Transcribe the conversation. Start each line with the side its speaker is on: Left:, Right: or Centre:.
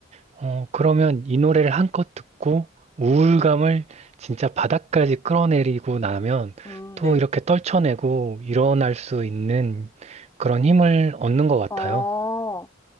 Right: 어, 그러면 이 노래를 한껏 듣고 우울감을 진짜 바닥까지 끌어내리고 나면
Left: 음,
Right: 또
Left: 네.
Right: 이렇게 떨쳐내고 일어날 수 있는 그런 힘을 얻는 것 같아요.
Left: 어,